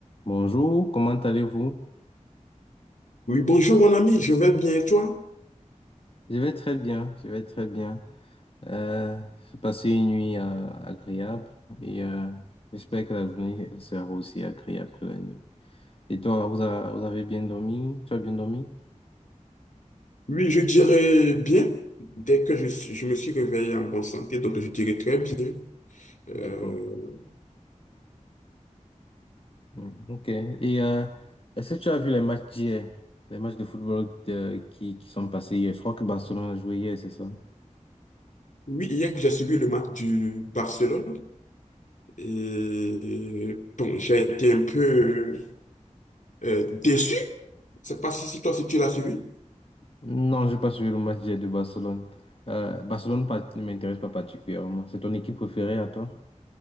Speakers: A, on the left (about 45°); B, on the left (about 75°).
A: Bonjour, comment allez-vous?
B: Oui, bonjour mon ami, je vais bien et toi?
A: Je vais très bien, je vais très bien. Euh, j'ai passé une nuit euh, agréable et euh, j'espère que la journée elle sera aussi agréable que la nuit. Et toi, vous, a- vous avez bien dormi? Tu as bien dormi?
B: Oui, je dirais bien. Dès que je, suis- je me suis réveillé en bonne santé, donc je dirais très bien. Euh,
A: D'accord. Mm, Ok. Et euh, est-ce que tu as vu les matchs d'hier? Les matchs de football euh, qui, qui sont passés hier? Je crois que Barcelone a joué hier, c'est ça?
B: oui, hier, j'ai suivi le match du Barcelone et bon, j'ai été un peu euh, déçu. Je sais pas si, si toi, si tu l'as suivi.
A: Non, je n'ai pas suivi le match d'hier de Barcelone. Euh, Barcelone pas- ne m'intéresse pas particulièrement. C'est ton équipe préférée à toi?